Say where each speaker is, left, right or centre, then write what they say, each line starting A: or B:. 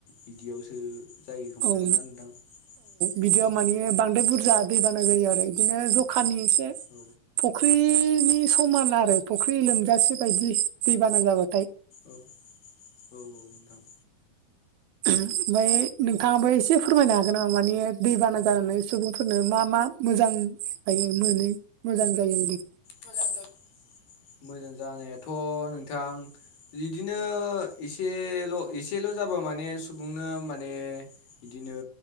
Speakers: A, on the left; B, on the right.
A: बिदियावसो जायो खोमादोंना
B: औ
A: नोंथां औ
B: बिदियाव
A: औ
B: माने बांद्राय बुरजा दैबाना जायो आरो बिदिनो जखानि एसे
A: औ
B: फुख्रिनि समान आरो फुख्रि लोमजासे बायदि दैबाना जाबा
A: औ औ औ नोंथां
B: ओमफ्राय नोंथाङाबो एसे फोरमायनो हागोन नामा माने दैबाना जानानै सुबुंफोरनो मा मा मोजां जायो मोनो मोजां जायो
A: मोजां जायो मोजां जानायाथ' नोंथां इदिनो एसेल' एसेल' जाबा माने सुबुंनो माने बिदिनो